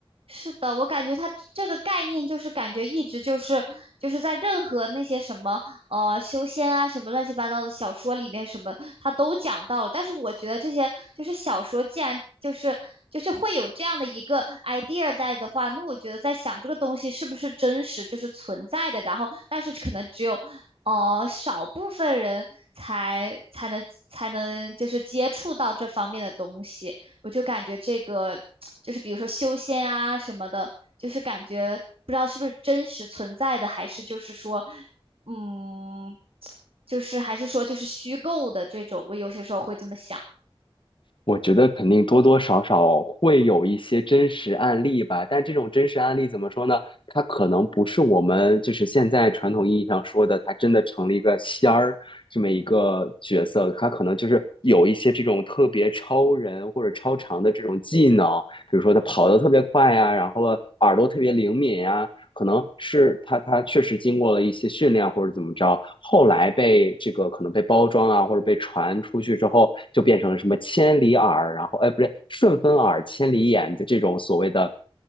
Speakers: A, on the right; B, on the left.
A: 是的，我感觉它这这个概念就是感觉一直就是就是在任何那些什么呃修仙啊什么乱七八糟的小说里面什么它都讲到了，但是我觉得这些就是小说既然就是就是会有这样的一个 idea 在的话，那我觉得在想这个东西是不是真实就是存在的，然后但是可能只有呃少部分人才才能才能就是接触到这方面的东西。我就感觉这个就是比如说修仙啊什么的，就是感觉不知道是不是真实存在的，还是就是说，嗯，就是还是说就是虚构的这种，我有些时候会这么想。
B: 我觉得肯定多多少少会有一些真实案例吧，但这种真实案例怎么说呢？它可能不是我们就是现在传统意义上说的，它真的成了一个仙儿这么一个角色，它可能就是有一些这种特别超人或者超常的这种技能，比如说它跑得特别快呀、然后耳朵特别灵敏呀、可能是他他确实经过了一些训练或者怎么着，后来被这个可能被包装啊，或者被传出去之后，就变成了什么千里耳，然后哎不对，顺风耳、千里眼的这种所谓的